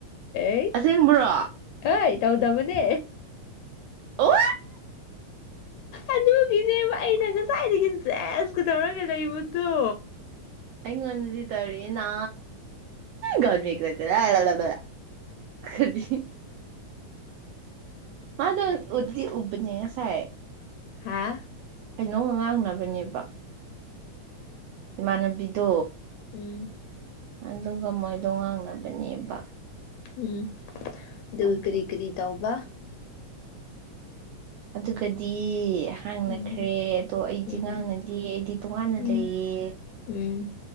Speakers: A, on the left; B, on the right.
A: ꯑꯦ
B: ꯑꯁꯦꯡꯕ꯭ꯔꯣ
A: ꯑꯦꯠ ꯇꯧꯗꯕꯅꯦ
B: ꯑꯣ
A: ꯑꯗꯨꯒꯤꯅꯦꯕ ꯑꯩꯅ ꯉꯁꯥꯏꯗꯒꯤ ꯖꯦꯁꯀ ꯇꯧꯔꯒ ꯂꯩꯕꯗꯣ
B: ꯑꯩꯉꯣꯟꯅꯗꯤ ꯇꯔꯤ ꯅ ꯒꯜꯃꯤ ꯀꯔꯣꯏꯇꯔꯗ <unintelligible> ꯀꯗꯤ ꯑꯗꯣ ꯎ ꯗꯤ ꯎꯕꯅꯦ ꯍ
A: ꯍꯥꯥ
B: ꯀꯩꯅꯣꯒ ꯉꯥꯡꯅꯕꯅꯦꯕ ꯏꯃꯥꯟꯅꯕꯤꯗꯣ
A: ꯎꯝ
B: ꯑꯗꯨꯒ ꯃꯣꯏꯗꯣ ꯉꯥꯡꯅꯕꯅꯦꯕ
A: ꯎꯝ ꯑꯗꯨꯒ
B: ꯑꯗꯨ
A: ꯀꯔꯤ ꯀꯔꯤ ꯇꯧꯕ
B: ꯑꯗꯨꯒꯗꯤ ꯍꯥꯡꯅꯈ꯭ꯔꯦ
A: ꯎꯝ
B: ꯑꯗꯣ ꯑꯩꯗꯤ
A: ꯎꯝ
B: ꯉꯥꯡꯅꯗ ꯑꯩꯗꯤ ꯇꯣꯉꯥꯟꯅ
A: ꯎꯝ
B: ꯂꯩꯌꯦ
A: ꯎꯝ